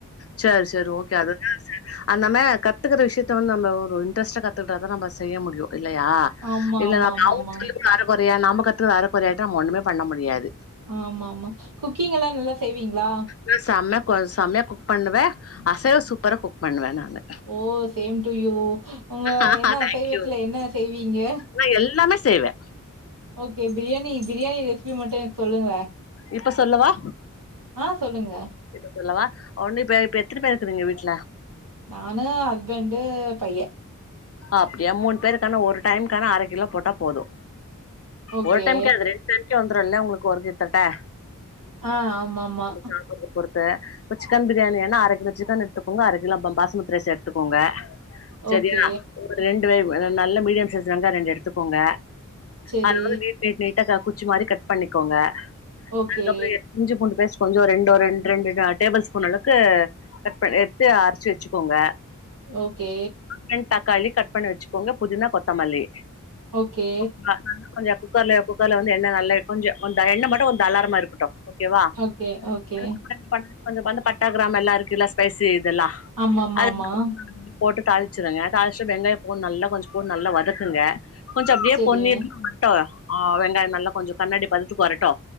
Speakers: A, on the left; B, on the right.
A: சேர் சரி ஓகே அது யா சே அந்தமே கத்துக்குற விஷ்யத்த வந்து நம்ப ஒரு இன்ட்ரஸ்ட்டா கத்துக்குட்டா தா நம்ப செய்ய முடியு இல்லயா
B: ஆமா,
A: இல்லங்க
B: ஆமா, ஆமாமா.
A: அவுங் <inaudible> அரகொறையா நாம்ப கத்துகுது அரகொற ஆயிட்டா நம்ப ஒன்னுமே பண்ண முடியாது
B: ஆமாமா குக்கிங் எல்லா நல்லா செய்வீங்ளா
A: ம் சம்ய கொ சம்யா குக் பண்ணுவே அசைவ சூப்பரா குக் பண்ணுவே நானு
B: ஓ சேம் டு யூ உங்க
A: ஆஹா
B: என்ன
A: தேங்க்யூ
B: அசைவத்துல என்ன செய்வீங்க
A: நா எல்லாமே செய்வே
B: ஓகே பிரியாணி பிரியாணி ரெசிபி மட்டு எனக் சொல்லுங்ள
A: இப்ப சொல்லவா
B: ஆ சொல்லுங்க
A: இப்ப சொல்லவா ஒன்னு இப்ப இப்ப எத்தன பேர் இருக்றீங்க வீட்ல
B: நானு ஹஸ்பண்ட்டு பைய
A: அப்டியா மூணு பேருக்கானா ஒரு டைம்கானா அரை கிலோ போட்டா போது
B: ஓகே.
A: ஒரு டைம்கே அது ரெண்டு டைம்கே வந்துருல்ல உங்களுக்கு ஒரு கை தட்ட
B: ஆ ஆமா ஆமா
A: சாப்படுறத பொறுத்த இப்ப சிக்கன் பிரியாணி எனா அரை கிலோ சிக்கன் எடுத்துக்கோங்க அரை கிலோ பம் பாஸ்மதி ரைஸ் எடுத்துக்கோங்க
B: ஓகே.
A: செரியா ஒரு ரெண்டு வெய் ஒ நல்லா மீடியம் சைஸ் வெங்கா ரெண்டு எடுத்துக்கோங்க
B: சரி.
A: அத வந்து நீட் நீட் நீட்டா குச்சி மாரி கட் பண்ணிக்கோங்க
B: ஓகே.
A: அதுக்கப்ரோ எ இஞ்சி பூண்டு பேஸ்ட் கொஞ்சோ ஒரு ரெண்டு ரெண்டு ரெண்டுடா டேபிள் ஸ்பூன் அளவுக்கு கட் பன் எடுத்து அரச்சி வச்சிக்கோங்க
B: ஓகே
A: வென் தக்காளி கட் பண்ணி வச்சிக்கோங்க புதினா கொத்தமல்லி
B: ஓகே.
A: <unintelligible> நல்லா கொஞ்ச குக்கர்ல குக்கர்ல வந்து எண்ண நல்லா கொஞ்சோ எண்ணெ மட்டு கொஞ்சோ தாரலமா இருக்கட்டு ஓகேவா
B: ஓகே, ஓகே.
A: <unintelligible> கொஞ்ச வந்து பட்ட கிராம்ப எல்லா இருக்குல்ல ஸ்பைசி இதெல்லா
B: ஆம்மா ஆம்மா
A: அது
B: ஆம்மா
A: போட்டு தாளிச்சிடுங்க தாளிச்சிட்டு வெங்காயோ பூண்டு நல்லா கொஞ்ச பூண்டு நல்லா வதக்குங்க கொஞ்ச அப்டியே
B: சரிங்க.
A: பொன்னீநிறமா <unintelligible> ட்ட ஆ வெங்காயோ நல்லா கொஞ்சோ கண்ணாடி பதத்துக்கு வரட்டு